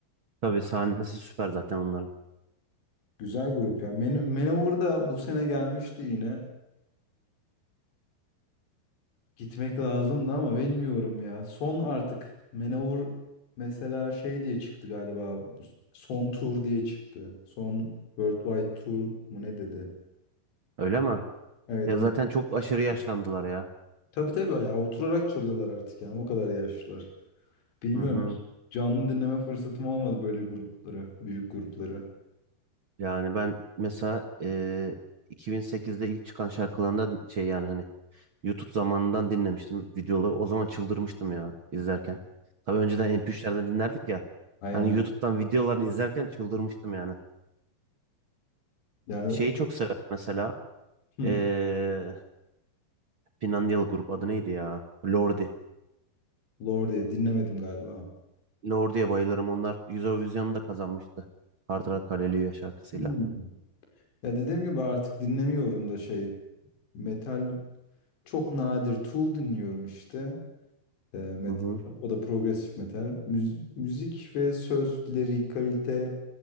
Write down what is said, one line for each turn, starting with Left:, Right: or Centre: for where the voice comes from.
Right: Tabii sahnesi süper zaten onların.
Left: Güzel grup ya. Men Manowar da bu sene gelmişti yine. Gitmek lazımdı ama bilmiyorum ya. Son artık. Manowar mesela şey diye çıktı galiba. Bu s- Son tur diye çıktı. Son Worldwide Tour mu ne dedi?
Right: Öyle mi?
Left: Evet
Right: Ya zaten
Left: bir
Right: çok aşırı yaşlandılar ya.
Left: Tabii tabii ya oturarak çalıyorlar artık yani o kadar yaşlılar. Bilmiyorum.
Right: Hı hı.
Left: Canlı dinleme fırsatım olmadı böyle grupları, büyük grupları.
Right: Yani ben mesela e, 2008'de ilk çıkan şarkılarında şey yani hani YouTube zamanından dinlemiştim videoları. O zaman çıldırmıştım ya izlerken. Tabii önceden MP3'lerden dinlerdik ya.
Left: Aynen.
Right: Hani YouTube'dan videolarını izlerken çıldırmıştım yani.
Left: Yani
Right: Şeyi
Left: o-
Right: çok severim mesela.
Left: hmm,
Right: Ee, Finlandiyalı grup adı neydi ya? Lordi.
Left: Lorde diye dinlemedim galiba.
Right: Lordi'ye bayılırım. Onlar Eurovision'u da kazanmıştı. Hard Rock Hallelujah şarkısıyla.
Left: Hmm. Ya dediğim gibi artık dinlemiyorum da şey. Metal çok nadir. Tool dinliyorum işte. E, met-
Right: Hı hı.
Left: o da progresif metal. Müz- müzik ve sözleri, kalite